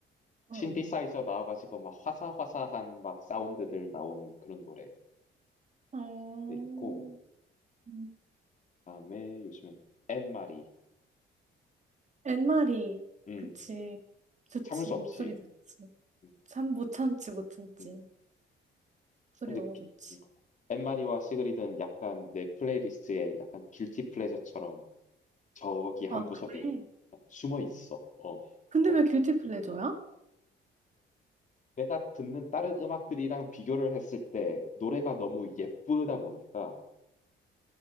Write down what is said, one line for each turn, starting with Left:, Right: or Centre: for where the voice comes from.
Right: 어.
Left: 신디사이저 나와가지고 막 화사화사한 막 사운드들 나오는 그런 노래도
Right: 어. 어.
Left: 있고
Right: 음.
Left: 그다음에 요즘에 앤마리,
Right: 엔마리.
Left: 음,
Right: 그치. 좋지.
Left: 참을 수 없이,
Right: 목소리 좋지.
Left: 음,
Right: 참 못 참지 못 참지.
Left: 음.
Right: 목소리
Left: 느끼는
Right: 너무 좋지.
Left: 것 같아요. 엠마리와 시그리드는 약간 내 플레이리스트에 약간 길티 플레저처럼 저기 한
Right: 아
Left: 구석에
Right: 그래?
Left: 약간 숨어 있어. 어.
Right: 근데 왜 길티 플레저야?
Left: 내가 듣는 다른 음악들이랑 비교를 했을 때 노래가 너무 예쁘다 보니까